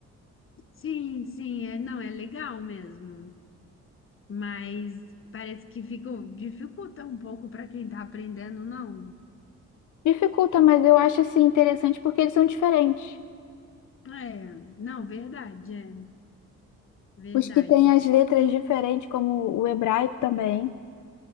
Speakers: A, on the left; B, on the left.
A: Sim, sim, é, não, é legal mesmo. Mas parece que fica, dificulta um pouco para quem está aprendendo, não.
B: Dificulta, mas eu acho assim interessante porque eles são diferentes.
A: É, não, verdade, é. Verdade.
B: Os que têm as letras diferentes, como o hebraico também.